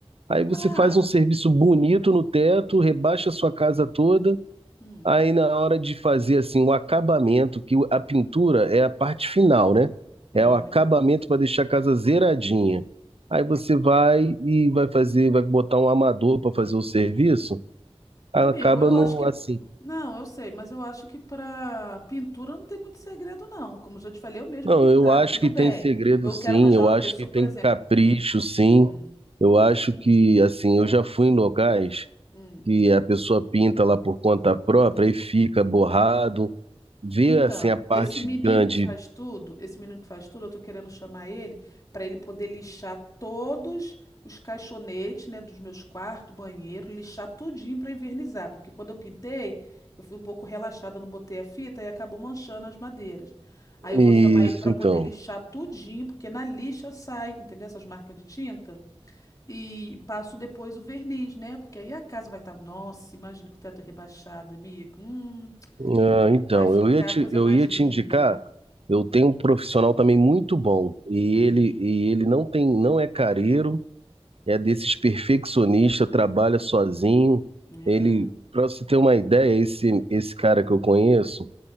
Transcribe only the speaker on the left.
Ah,
hum,
é
verdade.
Amigo,
eu
acho que.
Não, eu sei, mas eu acho que para pintura não tem muito segredo, não. Como eu já te falei, eu mesmo
pintava.
Tudo
bem.
Eu
quero arranjar
uma
pessoa,
por exemplo.
Uhum,
hum.
Então,
esse menino
que faz tudo, esse menino que faz tudo, eu tô querendo chamar ele para ele poder lixar todos os caixonetes, né, dos meus quartos, banheiro, lixar tudinho para invernizar, porque quando eu pintei, eu fui um pouco relaxada, não botei a fita e acabou manchando as madeiras. Aí eu
vou chamar ele para poder
lixar tudinho, porque na lixa sai, entendeu? Essas marcas de tinta e passo depois o verniz, né? Porque aí a casa vai estar, nossa, imagina com o teto rebaixado, amigo. Hum,
Vai ficar
a coisa
mais
linda.
Hum,
é,